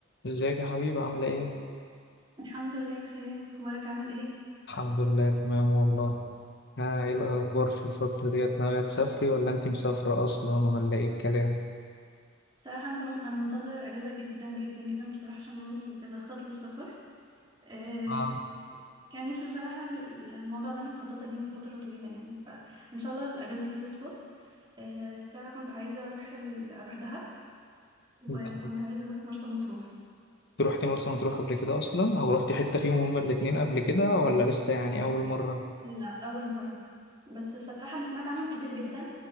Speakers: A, on the left (about 55°); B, on the right (about 25°).
A: ازيك يا حبيبي عاملة ايه؟
B: الحمد لله بخير انت اخبارك عامل ايه
A: الحمد لله تمام والله ها ايه الأخبار في الفترة ديت ناوية تسافري ولا انت مسافرة أصلا ولا ايه الكلام؟
B: بصراحه انت انا منتظره الاجازه جدا جدا جدا بصراحه عشان عندي كذا خطط للسفر آه
A: اه
B: كان نفسي بصراحه ال- الموضوع ده انا مخططه ليه من فتره طويله يعني فان شاء الله الاجازه دي يظبط آه بصراحه كنت عايزه اروح ال... اروح دهب وكنت
A: انت
B: عايزه اروح مرسى مطروح
A: روحتي مرسى مطروح قبل كده أصلا أو روحتي حتة فيهم هما الاتنين قبل كده ولا لسه يعني أول مرة؟
B: لا اول مره بس بصراحه انا سمعت عنهم كتير جدا